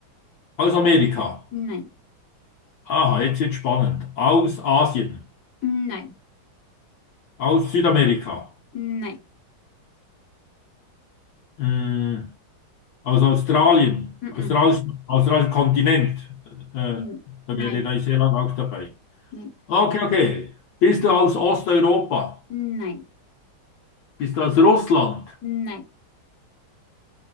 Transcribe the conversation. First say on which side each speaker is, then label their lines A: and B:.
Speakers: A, on the left; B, on the left.
A: aus Amerika.
B: nein,
A: Aha, jetzt wird spannend. Aus Asien,
B: nein,
A: aus Südamerika.
B: nein,
A: Mm. Aus Australien,
B: mhm.
A: australischen, australischen Kontinent. Äh,
B: Mhm.
A: da
B: nein,
A: wäre Neuseeland auch dabei.
B: nein,
A: Okay, okay. Bist du aus Osteuropa?
B: nein,
A: Bist du aus Russland?
B: nein,